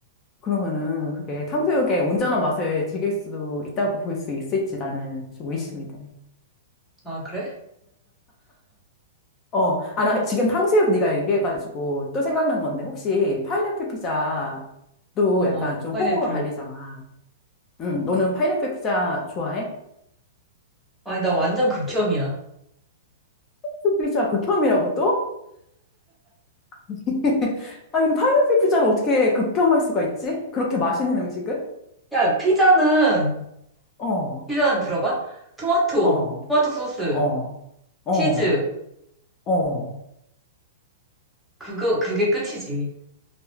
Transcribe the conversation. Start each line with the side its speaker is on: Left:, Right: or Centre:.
Left: 그러면은 그게 탕수육의 온전한 맛을 즐길 수도 있다고 볼 수 있을지 나는 좀 의심이 돼.
Centre: 아, 그래?
Left: 어, 아, 나 지금 탕수육 네가 얘기해가지고 또 생각난 건데 혹시 파인애플 피자도
Centre: 어,
Left: 약간 좀
Centre: 파인애플.
Left: 호불호가 갈리잖아. 응, 너는 파인애플 피자 좋아해?
Centre: 아니, 나 완전 극혐이야.
Left: 파인애플 피자 극혐이라고 또? <laughs> 아니, 근데 파인애플 피자를 어떻게 극혐할 수가 있지? 그렇게 맛있는 음식을?
Centre: 야, 피자는,
Left: 어,
Centre: 피자는 들어봐? 토마토,
Left: 어,
Centre: 토마토 소스,
Left: 어, 어,
Centre: 치즈.
Left: 어.
Centre: 그거, 그게 끝이지.